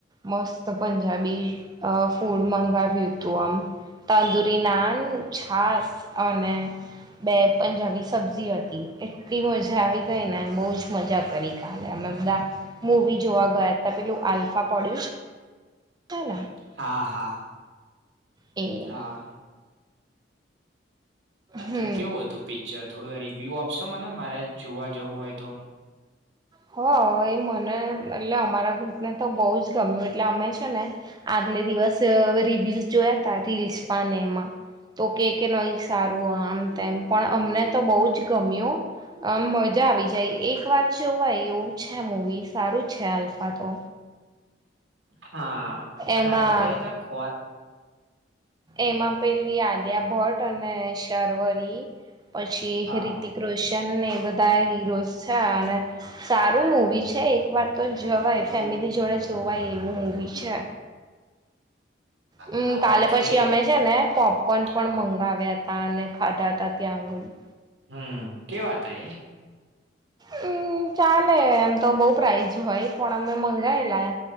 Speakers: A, on the right (about 20°); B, on the right (about 90°).
A: મસ્ત પંજાબી અ ફૂડ મંગાવ્યુંતું આમ તંદૂરી નાન, છાસ અને બે પંજાબી સબ્જી હતી એટલી મજા આવી ગઈ ને બો જ મજા કરી કાલે અમે બધા મૂવી જોવા ગયાતા પેલું આલ્ફા પડ્યું <inaudible>
B: હા હા.
A: એમ
B: હા આ
A: હમ
B: તો એ કેવું હતું પિક્ચર થોડું રિવ્યુ આપશો મને મારે જોવા જવું હોય તો
A: હો એ મને એટલે અમારા ગ્રુપને તો બો જ ગમ્યું એટલે અમે છે, ને આગલે દિવસ રિવ્યુઝ જોયા તા રીલ્સમાં ને એમાં તો કે કે નહી સારું આમ તેમ પણ અમને તો બો જ ગમ્યું અમ મજા આવી જાય એક વાર જોવાય એવું છે, મૂવી સારું છે, આલ્ફા તો
B: હા. અને
A: એમાં
B: આપડે કહીએ હતા ખોર
A: એમાં પેલી આલિયા ભટ્ટ અને શર્વરી પછી
B: હા
A: રીતિક રોશનને એ બધા હીરોઝ છે, અને સારું મૂવી છે, એક વાર તો જવાય ફેમિલી જોડે જોવાય એવું મૂવી છે. હમ
B: હા
A: કાલે
B: ઓકે
A: પછી અમે છે, ને પોપકોન પણ
B: હા
A: મંગાવ્યા તા અનેને ખાધા તા ત્યાં આગળી
B: હમ કેવા હતા એ?
A: હમ ચાલે એમ તો બો પ્રાઇઝ હોય પણ અમે મંગાયેલા